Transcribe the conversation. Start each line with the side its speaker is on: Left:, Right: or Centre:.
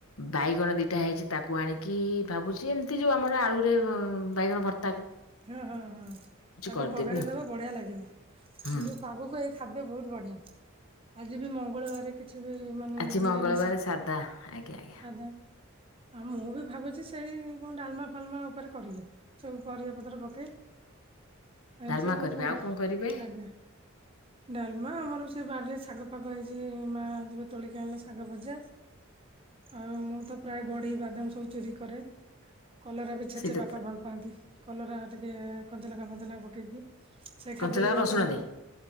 Left: ବାଇଗଣ ଦିଟା ହେଇଛି ତାକୁ ଆଣିକି ଭାବୁଛି ଏମିତି ଯୋଉ ଆମର ଆଳୁରେ ବାଇଗଣ ଭର୍ତ୍
Right: ହଁ ହଁ ହଁ ତାକୁ
Left: କରିଦେବି
Right: ପଘାରି
Left: ଆଉ
Right: ଦବ ବଢିଆ ଲାଗିବ।
Left: ହୁଁ
Right: ଆଗକୁ ଏ ଖାଦ୍ୟ ବହୁତ ବଢିଆ ଆଜି ବି ମଙ୍ଗଳବାର କିଛି ବି ମାନେ
Left: ଆଜି
Right: ନିରାମିଷ
Left: ମଙ୍ଗଳବାର ସାଧା ଆଜ୍ଞା ଆଜ୍ଞା
Right: ସାଧା। ଆଉ ମୁଁ ବି ଭାବୁଛି ସେଇ କଣ ଡାଲମା ଫାଲମା ଉପରେ କରିବି ସବୁ ପରିବା ପକେଇ ଆ ଏମିତି
Left: ଡାଲମା
Right: ସବୁ
Left: କରିବେ
Right: କଣ
Left: ଆଉ କରିବେ
Right: ଆଜ୍ଞା। ଡାଲମା ଆମର ସେ ବାଡ଼ିରେ ଶାଗ ଫାଗ ହେଇଛି ମା ଯିବ ତୋଳିକା ଆଣିଲେ ଶାଗ ଭଜା। ଆଉ ମୁଁ ତ ପ୍ରାୟ ବଢି ବାଦାମ ସବୁ ଚୋରି କରେ। କଲରା ବି ଛେଚେ
Left: ସେଇଟା
Right: ବାପା ଭଲ ପାଆନ୍ତି କଲରା ଟିକେ କଞ୍ଚଲଙ୍କା ଫଞ୍ଚଲଙ୍କା ପକେଇକି। ସେ
Left: କଞ୍ଚାଲଙ୍କା
Right: ଖାଦ୍ୟ ବି ବାପା
Left: ରସୁଣ
Right: ଭଲ।
Left: ଦେଇ